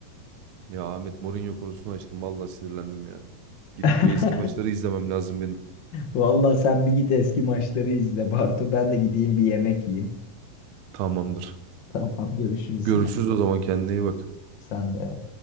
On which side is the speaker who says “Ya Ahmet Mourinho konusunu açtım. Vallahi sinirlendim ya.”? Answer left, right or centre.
Right